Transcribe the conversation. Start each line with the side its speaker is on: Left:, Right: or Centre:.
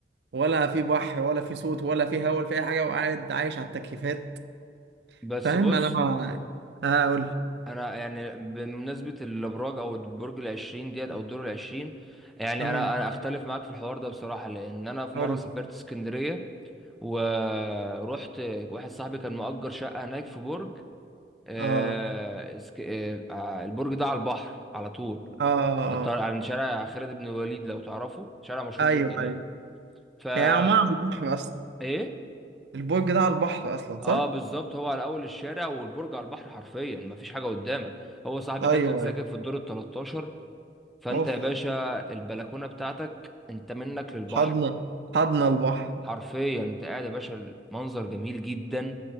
Right: ولا في بحر ولا في صوت ولا في هوا ولا في اي حاجه وقاعد عايش على التكييفات
Centre: بس
Right: فاهم
Centre: بص
Right: انا ما- اه قول
Centre: انا يعني بمناسبة الابراج او البرج العشرين ديت او الدور العشرين يعني
Right: امم
Centre: انا انا اختلف معاك في الحوار ده بصراحة لان انا في
Right: قول
Centre: مرة سافرت اسكندرية ورحت واحد صاحبي كان مأجر شقة هناك في برج آه،
Right: اه
Centre: اسك- آه، آه، البرج ده على البحر على طول
Right: اه اه
Centre: على الطر-
Right: آه.
Centre: على شارع خالد بن الوليد لو تعرفه شارع مشهور
Right: ايوه
Centre: جدا يعني
Right: ايوه
Centre: فا
Right: يعني عمان على البحر اصلا
Centre: ايه
Right: البرج ده على البحر اصلا صح؟
Centre: اه بالظبط هو على اول الشارع والبرج على البحر حرفيا مفيش حاجه قدامك هو صاحبي
Right: ايوه
Centre: ده كان ساكن
Right: ايوه
Centre: في الدور ال 13 فانت
Right: اوف
Centre: يا باشا البلكونه بتاعتك انت منك للبحر
Right: حضنا حضنا البحر
Centre: حرفيا انت قاعد يا باشا المنظر جميل جدا